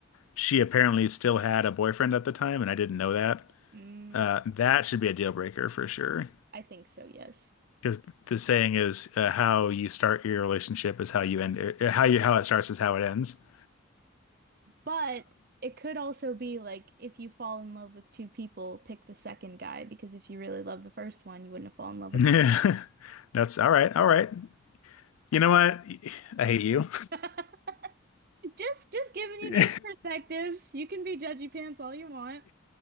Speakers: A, on the left (about 90°); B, on the right (about 45°).
A: she apparently still had a boyfriend at the time, and I didn't know that.
B: Mm,
A: Uh, that should be a deal breaker for sure.
B: I think so, yes.
A: Because the saying is, uh, how you start your relationship is how you end it. uh, How you how it starts is how it ends. <laughs>
B: But it could also be like if you fall in love with two people, pick the second guy because if you really love the first one, you wouldn't have fallen in love with
A: Yeah,
B: the second.
A: that's all right. All right. You know what? I hate you.
B: <laughs> Just just giving you
A: <laughs>
B: different perspectives. You can be judgy pants all you want.